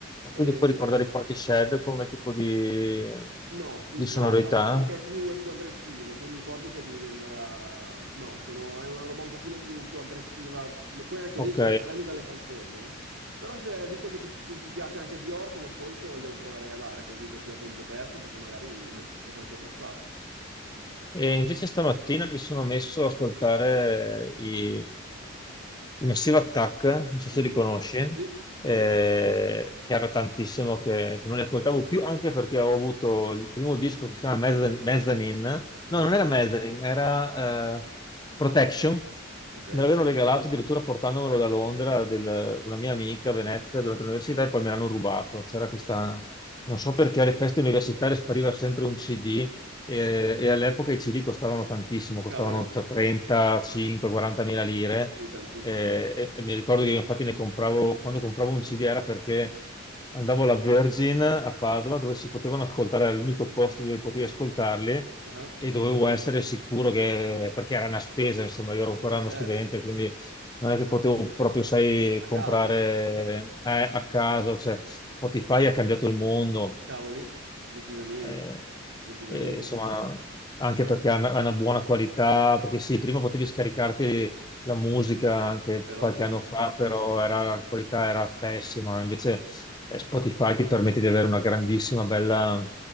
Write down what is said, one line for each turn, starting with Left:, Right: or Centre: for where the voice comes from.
Right: E
Left: Quindi puoi
Right: se-
Left: ricordare i Portishead come tipo di,
Right: No, sinc-
Left: di sonorità?
Right: no, è per- perché è più, è più aggressivo, quindi Portishead mi viene da... No, sono- è una roba un pochino più, più aggressiva, poi anche
Left: Ok.
Right: lì dipende dalle canzoni, eh. Però se, visto che ti, ti piace anche Bjork, un ascolto glielo proverei a dare così proprio a tempo perso, perché magari boh, potresti apprezzare.
Left: E invece stamattina mi sono messo ad ascoltare i i Massive Attack, non so
Right: Mhm.
Left: se li conosci,
Right: Sì, sì,
Left: eh, che era tantissimo che, che non li ascoltavo più, anche perché ho avuto il primo disco che si chiama Mezzan- Mezzanine, no,
Right: ah,
Left: non era Mezzanine, era eh, Protection,
Right: ok,
Left: me l'avevano regalato addirittura portandomelo da Londra, del- una mia amica a Venezia durante l'università e poi me l'hanno rubato. C'era questa, non so perché alle feste universitarie spariva sempre un CD e, e all'epoca i CD costavano tantissimo, costavano
Right: cavoli,
Left: tra 35, 40 mila lire
Right: sì, tantissimi,
Left: eh, e, e mi ricordo che io infatti ne compravo, quando compravo un CD era perché andavo alla Virgin a Padova dove si potevano ascoltare, era l'unico posto dove potevi ascoltarli
Right: ah,
Left: e dovevo essere sicuro che, perché era una spesa, insomma, io ero ancora
Right: eh certo,
Left: uno studente, quindi non è che potevo proprio, sai,
Right: a
Left: comprare
Right: caso,
Left: eh, a caso, cioè Spotify ha cambiato il mondo,
Right: cavoli, decisamente,
Left: eh,
Right: decisamente,
Left: eh, insomma, anche
Right: Ah,
Left: perché ha una, ha una buona qualità, perché sì, prima potevi scaricarti la musica anche
Right: però
Left: qualche
Right: sì.
Left: anno fa, però era- la qualità era pessima, invece eh, Spotify ti permette di avere una grandissima, bella